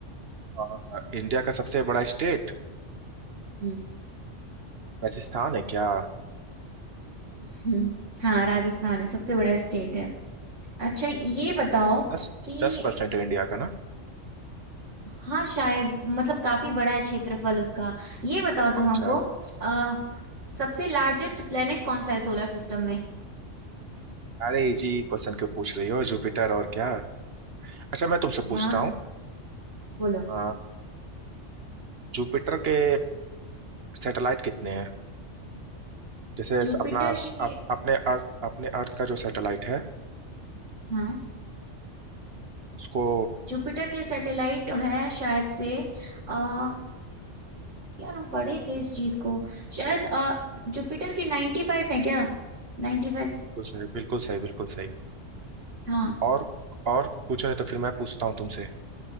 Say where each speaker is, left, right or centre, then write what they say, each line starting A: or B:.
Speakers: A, on the right; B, on the right.
A: अ, इंडिया का सबसे बड़ा स्टेट
B: हम्म
A: राजस्थान है क्या
B: हम्म हाँ राजस्थान है सबसे बड़ा स्टेट है अच्छा ये बताओ
A: दस
B: कि
A: दस परसेंट है इंडिया का ना
B: हाँ शायद मतलब काफी बड़ा है क्षेत्रफल उसका ये बताओ
A: दस
B: तुम
A: पॉइंट
B: हमको
A: चार
B: अ, सबसे लार्जेस्ट प्लेनेट कौन सा है सोलर सिस्टम में
A: अरे इजी क्वेश्चन क्यों पूछ रही हो जुपिटर और क्या अच्छा मैं तुमसे पूछता
B: वाह
A: हूँ
B: बोलो
A: अ, जुपिटर के सैटेलाइट कितने हैं जैसे
B: जुपिटर
A: स- अपना
B: के
A: अप, अपने अर्थ अपने अर्थ का जो सैटेलाइट है
B: हाँ
A: उसको
B: जुपिटर के सैटेलाइट हैं शायद से आ, यार हम पढ़े थे इस चीज को शायद आ, जुपिटर के नाइन्टी फाइव है क्या नाइन्टी फाइव
A: बिल्कुल सही बिल्कुल सही बिल्कुल सही
B: हाँ
A: और और पूछो नहीं तो फिर मैं पूछता हूँ तुमसे